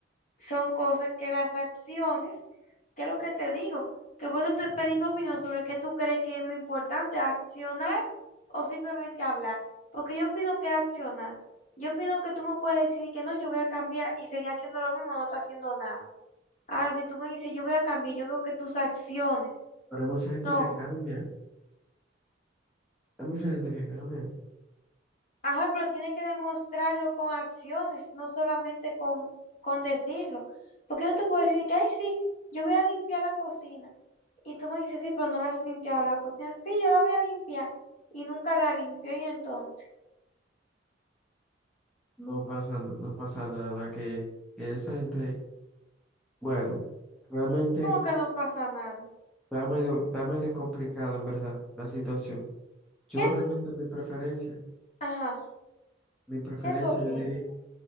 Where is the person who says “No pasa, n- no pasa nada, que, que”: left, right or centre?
Centre